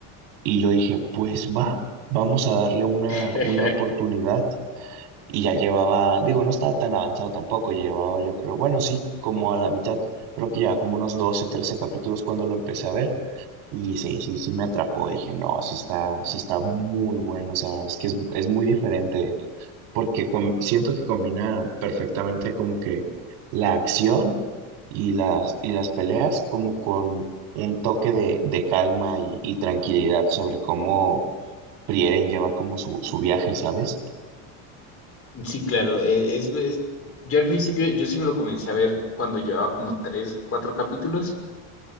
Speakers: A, on the right; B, on the left.
A: Y yo dije, pues va, vamos a darle una,
B: <laughs>
A: una oportunidad y ya llevaba, digo, no estaba tan avanzado tampoco, llevaba yo creo, bueno, sí, como a la mitad, creo que ya como unos 12 13 capítulos cuando lo empecé a ver y sí, sí, sí me atrapó, dije, no, sí está, sí está muy bueno, o sea, es que es, es muy diferente porque com- siento que combina perfectamente como que la acción y las, y las peleas como con un toque de, de calma y, y tranquilidad sobre cómo Prieren lleva como su, su viaje, ¿sabes?
B: Sí, claro, e- es, es- yo al principio, yo sí me lo comencé a ver cuando llevaba como tres, cuatro capítulos